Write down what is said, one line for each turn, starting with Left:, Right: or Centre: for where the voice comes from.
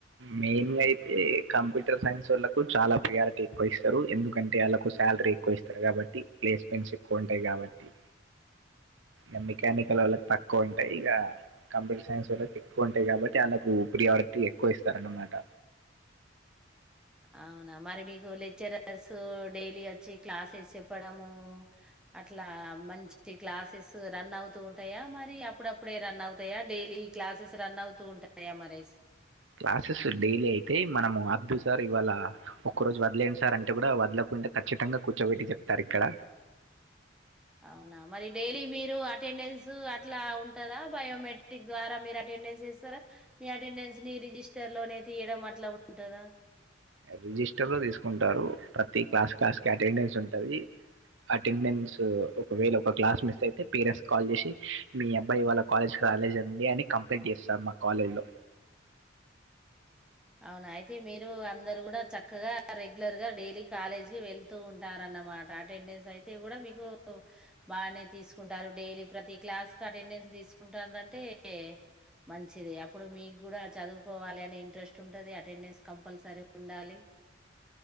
Right: మెయిన్ గా అయితే కంప్యూటర్ సైన్స్ వాళ్ళకు చాలా ప్రయారిటీ ఎక్కువ ఇస్తారు ఎందుకంటే వాళ్ళ స ఎక్కువ ఇస్తారు కాబట్టి ప్లేస్మెంట్స్ ఎక్కువ ఉంటాయి కాబట్టి ఇ మెకానికల్ వాళ్ళకి తక్కువ ఉంటాయి ఇక కంప్యూటర్ సైన్స్ వాళ్ళకి ఎక్కువ ఉంటాయి కాబట్టి ఆనకు ప్రయారిటీ ఎక్కువ ఇస్తర అనమాట
Centre: అవునా మరి మీకు లెక్చరర్స్ డైలీ వచ్చి క్లాసెస్ చెప్పడము అట్లా మంచి క్లాసెస్ రన్ అవు ఉంటాయా మరి అప్పుడప్పుడే రన్ అవుతాయా డైలీ క్లాసెస్ రన్ అవుతూ ఉంటాయా మరి
Right: క్లాసెస్ డైలీ అయితే మనము ఇద్దు సార్ ఇవాళ ఒక్క రోజు వదిలేను సార్ అంటే కూడా వదలకుంటే ఖచ్చితంగా కూర్చోబెట్టి చెప్తారు ఇక్కడ
Centre: అవునా మరి డైలీ మీరు అటెండెన్స్ అట్లా ఉంటందా బయోమెట్రిక్ ద్వారా మీరు అటెండెన్స్ ఇస్తారా మీ అటెండెన్స్ ని రిజిస్టర్ లోనే తీయడం అట్లా ఉంటందా
Right: రిజిస్టర్ లో తీసుకుంటారు ప్రతి క్లాస్ క్లాస్ కి అటెండెన్స్ ఉంటుంది అటెండెన్స్ ఒకవేళ ఒక క్లాస్ మిస్ అయితే పేరెంట్స్ కాల్ చేసి మీ అబ్బాయి వాళ్ళ కాలేజ్ కాలేజ్ అంది అని కంప్లీట్ చేస్తారు మా కాలేజ్ లో
Centre: అవునా అయితే మీరు అందరు కూడా చక్కగా రెగ్యులర్ గా డైలీ కాలేజీ కి వెళ్తూ ఉంటారన్న అన మాట అటెండెన్స్ అయితే కూడా మీకు బాగానే తీసుకుంటారు డైలీ ప్రతి క్లాస్ క అటెండెన్స్ తీసుకుంటారంటే మంచిది అప్పుడు మీకు కూడా చదువుకోవాలి అనే ఇంట్రెస్ట్ ఉంటది అటెండెన్స్ కంపల్సరీ ఉండాలి